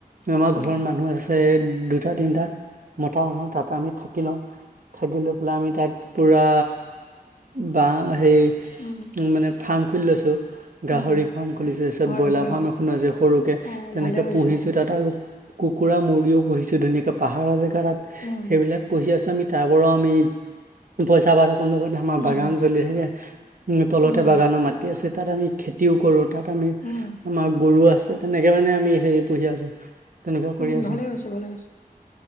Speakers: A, on the right (about 60°); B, on the left (about 60°).
A: আমাৰ
B: উম,
A: ঘৰৰ মানুহ আছে। দুটা তিনটা মতো তাত আমি থাকি লওঁ। থাকি লৈ পেলাই আমি তাত পুৰা বাহ। সেই
B: উম,
A: উ মানে ফাৰ্ম খুলি লৈছো। গাহৰি
B: উম,
A: ফাৰ্ম খুলিছে তাৰ পিছত
B: হয়,
A: ব্ৰইলাৰ
B: হয়,
A: ফাৰ্ম
B: হয়,
A: এখন আছে সৰুকে
B: অ',
A: তেনেকে
B: ভালে হৈছে
A: পুহিছো
B: অ',
A: তাত আৰু। কুকুৰা মুৰ্গীও পুহিছো ধুনাকে পাহাৰৰ জো তাত
B: উম,
A: সেইবিলাক পুহি আছো আমি। তাৰ পৰাও আমি পইচা পাত লগতে আমাৰ
B: উম,
A: বাগান জ্বল আহম তলতে
B: উম,
A: বাগানৰ মাটি আছে তাত আমি খেতিও কৰো। তাত আমি
B: উম,
A: আমাৰ গৰু আছে তেনেকে মানে আমি হেৰি পুহি আছো। তেনেকুৱা কৰি
B: উম,
A: আছো
B: ভালেই হৈছে, ভালেই হৈছে,